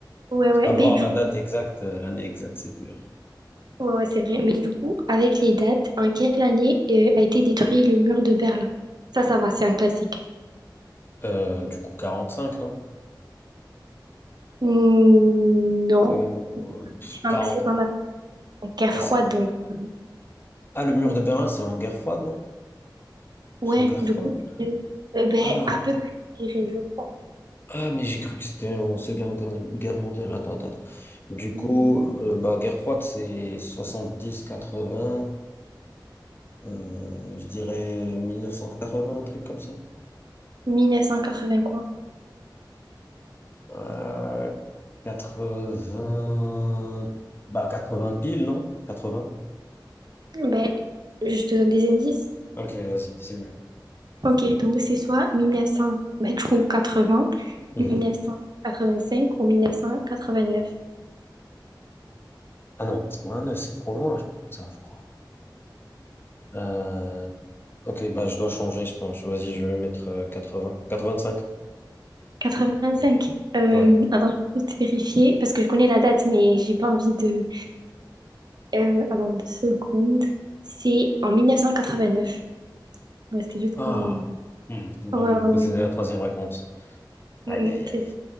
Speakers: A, on the right; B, on the left.
A: Ouais, ouais.
B: Avoir
A: Mais du
B: la
A: coup,
B: date exacte, euh, l'année exacte, c'est dur.
A: ouais, ouais, c'est vrai. Mais du coup, avec les dates, en quelle année euh, a été détruit le mur de Berlin? Ça, ça va, c'est un classique.
B: Euh, du coup, 45, non?
A: Hmm, non.
B: Ou euh, pff,
A: C'est pas
B: 40.
A: c'est pendant la guerre froide,
B: Ah, c'est-
A: donc. euh,
B: ah, le mur de Berlin, c'est en guerre froide, non?
A: Ouais,
B: C'est en guerre
A: du
B: froide.
A: coup, c'est quel- euh, ben,
B: Ah,
A: à peu près, je dirais, je crois.
B: Ah, mais j'ai cru que c'était en Seconde Guerre, Guerre mondiale. Attends, attends, attends. Du
A: Hmm,
B: coup, euh, bah, guerre froide, c'est 70-80, euh, je dirais 1980, un truc comme ça.
A: 1980, quoi.
B: Euh, vingts Bah, 80 pile, non? 80
A: Ben, je te donne des indices.
B: Ok, vas-y, c'est mieux.
A: Ok, donc c'est soit 1900, ben, du coup, 80,
B: Mhm.
A: 1985 ou 1989.
B: Ah non, quatre-vingt-neuf c'est trop loin, je- ça, je crois. Euh, ok, bah, je dois changer, je pense. Vas-y, je vais mettre euh, quatre-vingts. quatre-vingt-cinq
A: 85. Euh,
B: Ouais.
A: attends, je vais juste vérifier parce que je connais la date, mais j'ai pas envie de. Euh, attends, deux secondes. C'est en 1989. Ouais, c'était juste
B: Ah.
A: pour. euh,
B: Hmm. Donc,
A: Ouais,
B: du
A: ouais,
B: coup,
A: ouais.
B: c'était la troisième réponse.
A: Mm,
B: Aïe,
A: mm,
B: aïe,
A: c'est
B: aïe.